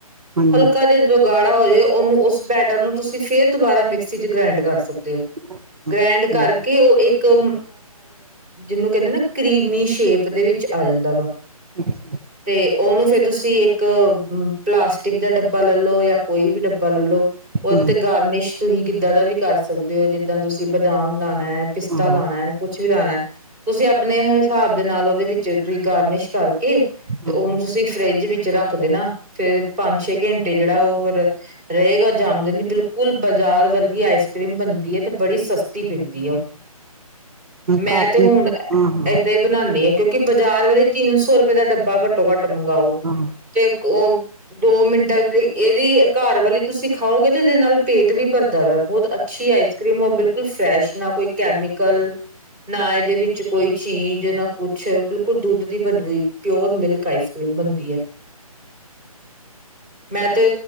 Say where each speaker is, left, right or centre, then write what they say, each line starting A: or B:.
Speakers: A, on the right; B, on the right.
A: ਹਾਂਜੀ
B: ਹਲਕਾ ਜਿ ਜਦੋਂ ਗਾੜਾ ਹੋ ਜਾਵੇ ਉਹਨੂੰ ਉਸ ਬੈਟਰ ਨੂੰ ਤੁਸੀਂ ਫੇਰ ਦੁਬਾਰਾ ਮਿਕਸੀ ਚ ਗ੍ਰੈਂੰਡ ਕਰ ਸਕਦੇ ਓ।
A: <unintelligible>
B: ਗ੍ਰੈਂਡ ਕਰਕੇ
A: ਹਾਂਜੀ
B: ਉਹ ਇੱਕ ਆ ਜਿਹਨੂੰ ਕਹਿੰਦੇ ਨਾ ਕਰੀਮੀ ਸ਼ੇਪ ਦੇ ਵਿੱਚ ਆ ਜਾਂਦਾ ਵਾ।
A: ਅੱਛਾ।
B: ਤੇ ਉਹਨੂੰ ਫੇਰ ਤੁਸੀਂ, ਇੱਕ ਪਲਾਸਟਿਕ ਦਾ ਡੱਬਾ ਲੈਲੋ ਜਾਂ ਕੋਈ ਵੀ ਡੱਬਾ ਲੈਲੋ। ਉਹ
A: ਹਮ
B: ਤੇ ਗਾਰਨਿਸ਼ ਤੁਸੀਂ ਕਿੱਦਾਂ ਦਾ ਵੀ ਕਰ ਸਕਦੇ ਓ। ਜਿੱਦਾਂ ਤੁਸੀਂ ਬਦਾਮ ਲੈਣਾ ਐ ਪਿਸਤਾ
A: ਹਾਂ
B: ਲਾਉਣਾ ਹੈ। ਕੁਛ ਵੀ ਲਾਣਾ ਤੁਸੀਂ ਆਪਣੇ ਹਿਸਾਬ ਦੇ ਨਾਲ ਉਹਦੇ ਵਿੱਚ ਤੁਸੀਂ ਗਾਰਨਿਸ਼ ਕਰਕੇ ਤੇ
A: ਹਾਂ
B: ਉਹਨੂੰ ਤੁਸੀਂ ਫਰਿੱਜ ਵਿੱਚ ਰੱਖਦੇ ਨਾ ਫੇਿਰ ਪੰਜ-ਛੇ ਘੰਟੇ ਜਿਹੜਾ ਉਹ ਫਿਰ ਰਹੇਗਾ ਜਮ ਜਾਂਦੀ ਬਿਲਕੁਲ ਬਾਜ਼ਾਰ ਵਰਗੀ ਆਈਸ ਕਰ੍ਰੀਮ ਬਣਦੀ ਹੈ, ਤੇ ਬੜੀ ਸਸਤੀ ਪੈਂਦੀ ਆ ਉਹ, ਮੈਂ
A: ਘਰ
B: ਤੇ
A: ਦੇ
B: ਹੁਣ
A: ਹਾਂ ਹਾਂ
B: ਇਏਦਾਂ ਹੀ ਬਣਾਉਦੀ ਹਾਂ, ਕਿਉਂਕਿ ਬਾਜ਼ਾਰ ਵਾਲੇ ਤਿੰਨ ਸੌ ਰੁਪਏ ਦਾ ਡੱਬਾ ਘੱਟੋ ਘੱਟ ਮੰਗਓ,
A: ਹਾਂ
B: ਤੇ ਔ ਹ ਦੋ ਮਿੰਟਾਂ ਵਿੱਚ, ਇਹਦੀ ਘਰ ਵਾਲੀ ਤੁਸੀਂ ਖਾਓਗੇ, ਤੇ ਇਹਦੇ ਨਾਲ ਪੇਟ ਵੀ ਭਰਦਾ ਵਾ, ਬਹੁਤ ਅੱਛੀ ਆ ਕ੍ਰੀਮ ਉਹ ਬਿਲਕੁਲ ਫਰੈਸ਼, ਨਾ ਕੋਈ ਕੈਮੀਕਲ, ਨਾ ਇਹਦੇ ਵਿੱਚ ਨਾ ਕੋਈ ਚੀਜ਼, ਨਾ ਕੁਛ, ਬਿਲਕੁਲ ਦੁੱਧ ਦੀ ਬਣੀ ਹੋਈ। ਪਿਓਰ ਮਿਲਕ ਆਈਸ ਕਰ੍ਰੀਮ ਬਣਦੀ ਹੈ, ਮੈਂ ਤੇ